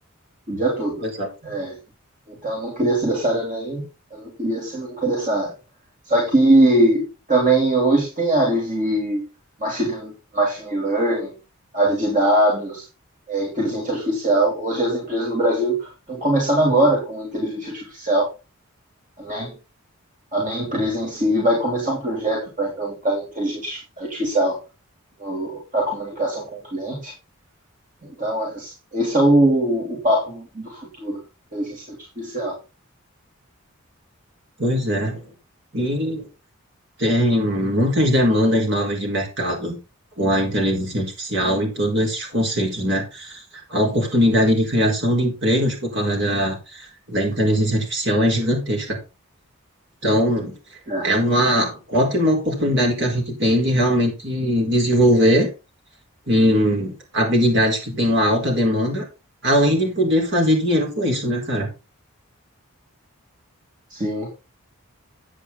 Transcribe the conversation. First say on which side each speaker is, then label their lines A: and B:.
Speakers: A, on the right (about 35°); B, on the right (about 55°).
A: o dia todo.
B: Exato.
A: É, Então, eu não queria ser dessa área nem, eu não queria ser nunca dessa área. Só que também hoje tem áreas de machine, machine learning, área de dados, é, inteligência artificial. Hoje as empresas no Brasil estão começando agora com inteligência artificial. A minha, a minha empresa em si vai começar um projeto para implementar inteligência artificial para comunicação com o cliente. Então, es- esse é o, o papo do futuro, inteligência artificial.
B: Pois é. E tem muitas demandas novas de mercado com a inteligência artificial e todos esses conceitos, né? A oportunidade de criação de empregos por causa da, da inteligência artificial é gigantesca. Então,
A: É.
B: é uma ótima oportunidade que a gente tem de realmente desenvolver em habilidades que têm uma alta demanda, além de poder fazer dinheiro com isso, né, cara?
A: Sim,